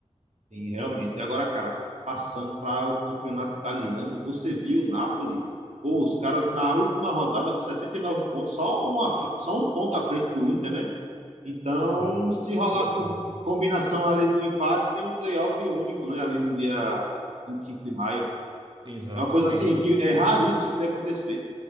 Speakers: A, on the right (about 75°); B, on the right (about 40°).
A: Sim, realmente. E agora, cara, passando para o campeonato italiano, você viu o Napoli? Pô, os caras na última rodada com 79 pontos, só, uma, fr- só um ponto à frente do Inter, né? Então,
B: Vai.
A: se rolar
B: Que loucura.
A: co combinação ali do empate, tem um playoff único, né? Ali no dia 25 de maio.
B: Exatamente.
A: É uma coisa assim que é raríssimo de acontecer,